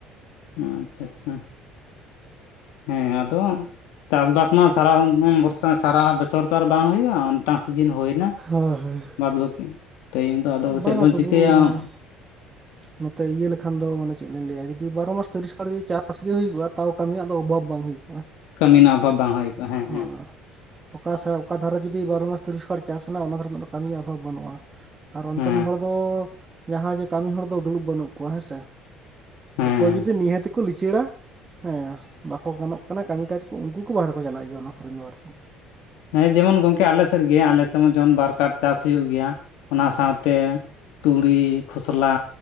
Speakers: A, on the left (about 80°); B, on the right (about 25°).
A: ᱩ ᱟᱪᱪᱷᱟ ᱟᱪᱪᱷᱟ ᱦᱮᱸ ᱟᱫᱚ ᱪᱟᱥᱵᱟᱥ ᱢᱟ ᱥᱟᱨᱟ ᱵᱚᱨᱥᱟ ᱥᱟᱨᱟ ᱵᱚᱪᱷᱚᱨ ᱛᱚ ᱟᱨ ᱵᱟᱝ ᱦᱩᱭᱩᱜᱼᱟ। ᱴᱟᱝ ᱥᱤᱡᱤᱱ ᱦᱩᱭ ᱱᱟ
B: ᱦᱳᱭ ᱦᱳᱭ
A: ᱵᱟᱫᱽ ᱵᱟᱹᱠᱤ ᱴᱟᱭᱤᱢ ᱫᱚ ᱟᱫᱚ
B: ᱵᱟᱝᱟ
A: ᱪᱮᱫ ᱵᱚᱱ
B: ᱛᱚᱵᱩ
A: ᱪᱤᱠᱟᱹᱭᱟ।
B: ᱢᱟᱱᱮ
A: <inaudible>
B: ᱱᱚᱛᱮ ᱤᱭᱟᱹ ᱞᱮᱠᱷᱟᱱ ᱫᱚ ᱢᱟᱱᱮ ᱪᱮᱫ ᱞᱤᱧ ᱞᱟᱹᱭᱟ ᱡᱩᱫᱤ ᱵᱟᱨᱚ ᱢᱟᱥ ᱛᱤᱨᱤᱥ ᱠᱟᱲᱤ ᱪᱟᱥ ᱜᱮ ᱦᱩᱭ ᱠᱚᱜᱼᱟ ᱛᱟᱣ ᱠᱟᱹᱢᱤᱭᱟᱜ ᱫᱚ ᱚᱵᱷᱟᱵᱽ ᱵᱟᱝ ᱦᱩᱭᱩᱜᱼᱟ।
A: ᱠᱟᱹᱢᱤ ᱨᱮᱸᱱᱟᱜ ᱚᱵᱷᱟᱵᱽ ᱵᱟᱝ ᱦᱩᱭᱼᱟ ᱦᱮᱸ
B: ᱦᱳᱭ
A: ᱦᱮᱸ ᱾
B: ᱚᱠᱟ ᱥᱮ ᱚᱠᱟ ᱫᱷᱟᱨᱮ ᱡᱩᱫᱤ ᱵᱟᱨᱚ ᱢᱟᱥ ᱛᱤᱨᱤᱥ ᱠᱟᱲ ᱪᱟᱥ ᱦᱮᱱᱟᱜ ᱟ ᱚᱱᱟ ᱫᱷᱟᱨᱮ ᱨᱮᱱᱟᱜ ᱫᱚ ᱠᱟᱹᱢᱤ ᱚᱵᱷᱟᱵᱽ ᱵᱟᱹᱱᱩᱜᱼᱟ। ᱟᱨ ᱚᱱᱛᱮᱱ
A: ᱦᱮᱸ
B: ᱦᱚᱲ ᱫᱚ ᱡᱟᱦᱟ ᱜᱮ ᱠᱟᱹᱢᱤ ᱦᱚᱲ ᱫᱚ ᱫᱩᱲᱩᱵ ᱵᱟᱹᱱᱩᱜ ᱠᱚᱣᱟ ᱦᱮᱸ ᱥᱮ,
A: ᱦᱮᱸ
B: ᱚᱠᱚᱭ ᱡᱩᱫᱤ ᱱᱤᱦᱟᱹᱛᱤ ᱠᱚ ᱞᱤᱪᱟᱹᱲᱟ ᱦᱮᱸ ᱵᱟᱠᱚ ᱜᱟᱱᱚᱜ ᱠᱟᱱᱟ ᱠᱟᱹᱢᱤ ᱠᱟᱡᱽ ᱠᱚ ᱩᱱᱠᱩ ᱠᱚ ᱵᱟᱨᱦᱮ ᱠᱚ ᱪᱟᱞᱟᱜ ᱜᱮᱭᱟ ᱚᱱᱟ ᱠᱚᱨᱮᱱ ᱫᱚ ᱟᱨ ᱪᱮᱫ।
A: ᱦᱮᱸ ᱡᱮᱢᱚᱱ ᱜᱚᱢᱠᱮ ᱟᱞᱮ ᱥᱮᱫ ᱜᱮ ᱟᱞᱮ ᱥᱮᱫ ᱢᱟ ᱡᱮᱢᱚᱱ ᱵᱟᱨ ᱠᱟᱴ ᱪᱟᱥ ᱦᱩᱭᱩᱜ ᱜᱮᱭᱟ ᱚᱱᱟ
B: ᱦᱮᱸ
A: ᱥᱟᱶᱛᱮ, ᱛᱩᱲᱤ ᱠᱷᱚᱥᱞᱟ